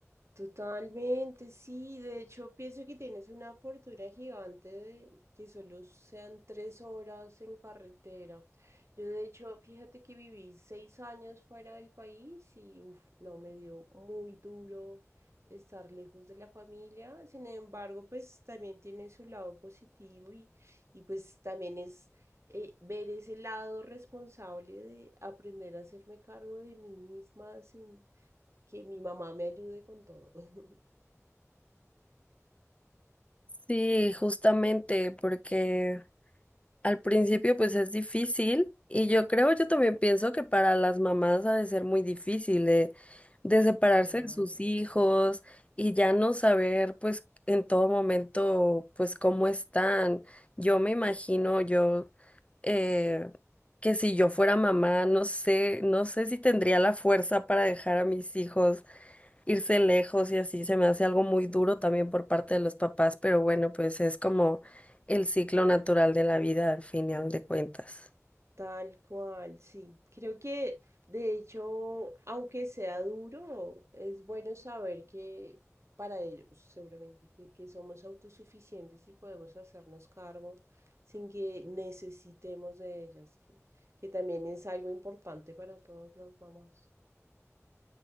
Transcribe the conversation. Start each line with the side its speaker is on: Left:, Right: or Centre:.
Right: Totalmente, sí. De hecho, pienso que tienes una fortuna gigante de que solo sean tres horas en carretera. Yo, de hecho, fíjate que viví seis años fuera del país y, uf, no, me dio muy duro estar lejos de la familia. Sin embargo, pues también tiene su lado positivo y, y pues también es eh, ver ese lado responsable de aprender a hacerme cargo de mí misma que mi mamá me ayude con todo. <laughs>
Left: Sí, justamente, porque Al principio pues es difícil y yo creo, yo también pienso que para las mamás ha de ser muy difícil de, de separarse
Right: Claro.
Left: de sus hijos y ya no saber pues en todo momento pues cómo están. Yo me imagino yo eh, que si yo fuera mamá, no sé, no sé si tendría la fuerza para dejar a mis hijos irse lejos y así se me hace algo muy duro también por parte de los papás, pero bueno, pues es como el ciclo natural de la vida al final de cuentas.
Right: Tal cual, sí. Creo que, de hecho, aunque sea duro, es bueno saber que para ellos, seguramente, que, que somos autosuficientes y podemos hacernos cargo sin que necesitemos de ellas, que, que también es algo importante para todas las mamás.